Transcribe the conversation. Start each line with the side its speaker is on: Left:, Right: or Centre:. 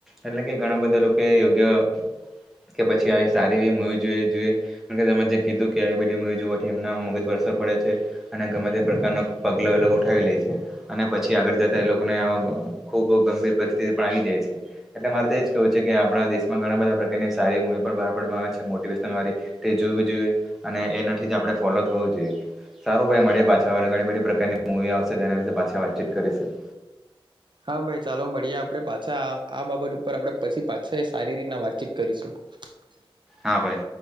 Centre: એટલે કે ઘણા બધા લોકો યોગ્ય કે પછી આવી સારી એવી જોએ જોએ તમે જે કીધું કે આવી બધી જો મગજ પર અસર પડે છે, અને ગમે તે પ્રકારનો પગલો એ લોકો ઉઠાવી લે છે, અને પછી આગળ એ લોકોને ખુબ ગંભીર પરિસ્થિતિ આવી જાય છે, એટલે મારે તો એજ કેવું છે કે આપણા દેશમાં ઘણા બધા પ્રકારની સારી મુવી પણ બહાર પાડવામાં આવે છે, મોટિવેશન વાળ તે જોવી જોઈએ અને એનાથી જ આપણે ફોલો થવું જોઈએ. સારું ભાઈ મળે પાછા વા ઘણી બધી પ્રકારની મૂવી આવશે તેના વિશે પાછા વાતચીત કરીશું.
Right: હા ભાઈ ચાલો મળીએ આપણે પાછા આ બાબત ઉપર આપે પછી પાછા સારી રીતના વાતચીત કરીશું. <unintelligible>
Centre: હા ભાઈ.